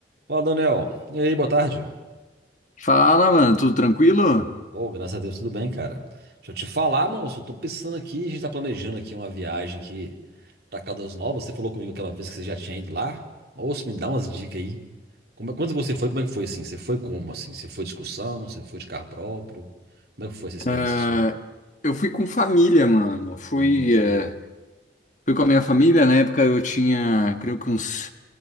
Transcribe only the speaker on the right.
Fala, Daniel. E aí, boa tarde.
Oh, graças a Deus, tudo bem, cara. Deixa eu te falar, moço, eu tô pensando aqui, a gente tá planejando aqui uma viagem aqui pra Caldas Novas. Você falou comigo aquela vez que você já tinha ido lá. Moço, me dá umas dicas aí. Como, é- quando você foi, como é que foi assim? Você foi como assim? Você foi de excursão? Você foi de carro próprio? Como é que foi essa experiência
sua?
Hum,